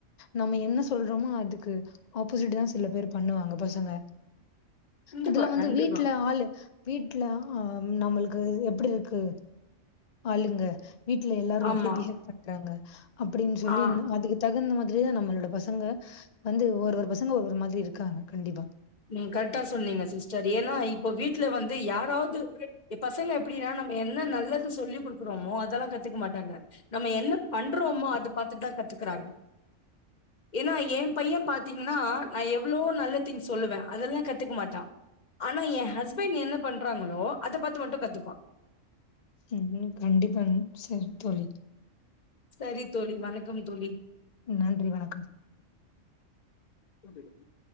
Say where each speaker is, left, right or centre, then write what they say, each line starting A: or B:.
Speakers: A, on the left; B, on the left.
A: நம்ம என்ன சொல்றோமோ அதுக்கு ஆப்போசிட் தா சில பேர் பண்ணுவாங்க பசங்க
B: கண்டிப்பா
A: அதில்லாமா வந்து
B: கண்டிப்பா
A: வீட்ல ஆளு வீட்ல ஆ நம்மளுக்கு எப்டி இருக்கு ஆளுங்க வீட்ல எல்லாரு
B: ஆமா
A: எப்டி பிஹேவ் பண்றாங்க அப்டின்னு சொல்லி
B: ஆ
A: அதுக தகுந்த மாதிரி தா நம்மளோட பசங்க வந்து ஒரு ஒரு பசங்க ஒரு ஒரு மாதிரி இருக்காங்க கண்டிப்பா
B: நீங்க கரெக்ட்டா சொன்னீங்க சிஸ்டர் ஏன்னா இப்போ வீட்ல வந்து யாராவது பசங்க எப்டின்னா நம்ம என்ன நல்லது சொல்லி குடுக்குறமோ அதெல்லா கத்துக்க மாட்டாங்க நம்ம என்ன பண்றோமோ அத பாத்துதா கத்துக்குறாங்க ஏன்னா ஏ பைய பாத்தீங்கன்னா நா எவ்ளோ நல்ல திங்க்ஸ் சொல்லுவே அதெல்லா கத்துக்க மாட்டா ஆனா ஏ ஹஸ்பண்ட் என்ன பண்றாங்களோ அத பாத்து மட்டு கத்துப்பா
A: ம் ம் கண்டிப்பாங்க செரி தோழி
B: செரி தோழி வணக்கம் தோழி
A: நன்றி வணக்கம் <unintelligible>